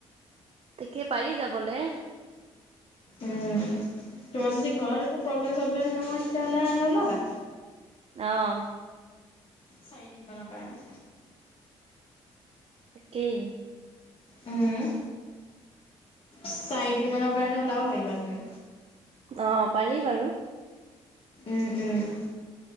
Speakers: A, on the right (about 50°); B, on the left (about 45°).
A: তেখে পাৰি যাবলে।
B: উ তোমাৰ যদি ঘৰত একো প্ৰব্লেম চব্লেম নহয় তেতিয়াহ'লে ওলাবা।
A: অঁ।
B: চাৰিদিন মানৰ কাৰণে।
A: তাকেই।
B: উম। চাৰিদিন মানৰ কাৰণে ওলাব পাৰিবা তুমি।
A: অ পাৰি বাৰু।
B: উম উম